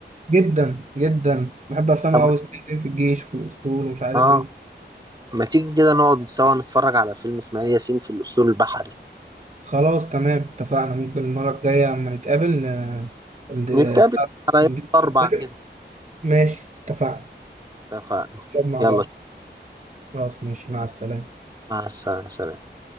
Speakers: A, on the right (about 40°); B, on the right (about 20°).
A: جدا جدا بحب افلامه
B: طب
A: قوي
B: ما ت-
A: اسمه إيه؟ في الجيش وفي الاسطول ومش عارف
B: اه
A: ايه
B: ما تيجي كده نقعد سوا نتفرج على فيلم اسماعيل ياسين في الأسطول البحري
A: خلاص تمام اتفقنا ممكن المرة الجاية لما نتقابل آه، ال-
B: نتقابل
A: بتاع-
B: على يوم
A: نجيب-
B: أربعة كده
A: ماشي اتفقنا
B: اتفقنا
A: نقعد مع
B: يلا
A: بعض خلاص ماشي مع السلامة
B: مع السلامة سلام.